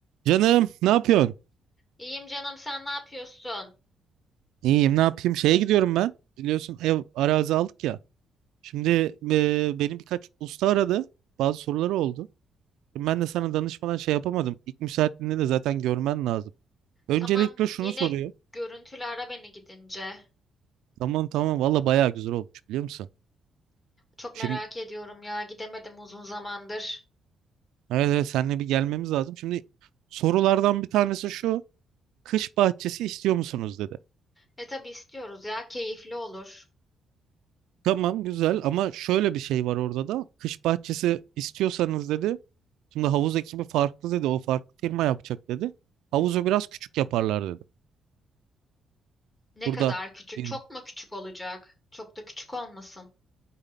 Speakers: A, on the right; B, on the left.
A: Canım ne yapıyorsun?
B: İyiyim canım sen ne yapıyorsun?
A: İyiyim ne yapayım? Şeye gidiyorum ben. Biliyorsun ev arazi aldık ya. Şimdi e, benim birkaç usta aradı. Bazı soruları oldu. Şimdi Ben de sana danışmadan şey yapamadım. İlk müsaitliğinde de zaten görmen lazım. Öncelikle
B: Tamam
A: şunu
B: yine
A: soruyor.
B: görüntülü ara beni gidince.
A: Tamam tamam valla bayağı güzel olmuş biliyor musun?
B: Çok
A: Şimdi
B: merak ediyorum ya gidemedim uzun zamandır.
A: evet evet seninle bir gelmemiz lazım. Şimdi sorulardan bir tanesi şu. Kış bahçesi istiyor musunuz dedi.
B: E tabii istiyoruz ya keyifli olur.
A: Tamam güzel ama şöyle bir şey var orada da. Kış bahçesi istiyorsanız dedi Şimdi havuz ekibi farklı dedi. O farklı firma yapacak dedi. Havuzu biraz küçük yaparlar dedi.
B: Ne
A: Burada
B: kadar küçük
A: Yani
B: çok mu küçük olacak? Çok da küçük olmasın.